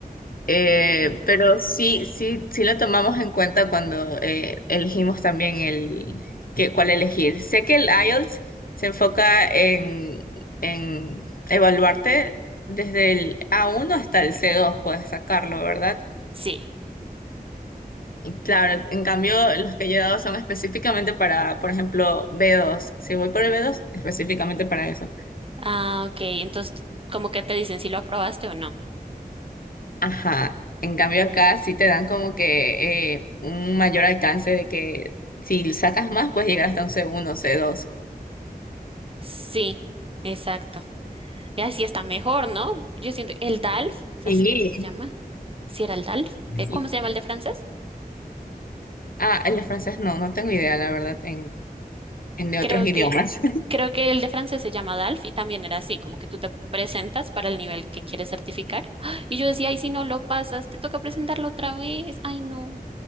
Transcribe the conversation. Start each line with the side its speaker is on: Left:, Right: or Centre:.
Left: Eh,
Right: no.
Left: pero sí, sí, sí lo tomamos en cuenta cuando eh, elegimos también el que, cuál elegir. Sé que el IELTS se enfoca en, en evaluarte desde el A1 hasta el C2, puedes sacarlo, ¿verdad?
Right: Sí.
Left: Claro, en cambio, los que yo he dado son específicamente para, por ejemplo, B2. Si voy por el B2, específicamente para eso.
Right: Ah, ok. Entonces, como que te dicen si lo aprobaste o no?
Left: Ajá. En cambio,
Right: Oh.
Left: acá sí te dan como que eh, un mayor alcance de que si sacas más, puedes llegar hasta un C1, C2.
Right: Sí, exacto. Y así está mejor, ¿no? Yo siento, el DALF, ¿sabes
Left: Sí,
Right: cómo se llama? Si era el DALF. Eh,
Left: sí.
Right: ¿Cómo se llama el de francés?
Left: Ah, el de francés no, no tengo idea, la verdad, en, en de
Right: creo
Left: otros idiomas.
Right: que, creo que el de francés se llama DALF y también era así, como que tú te presentas para el nivel que quieres certificar. ¡Ah! Y yo decía, ay, si no lo pasas, te toca presentarlo otra vez. Ay, no.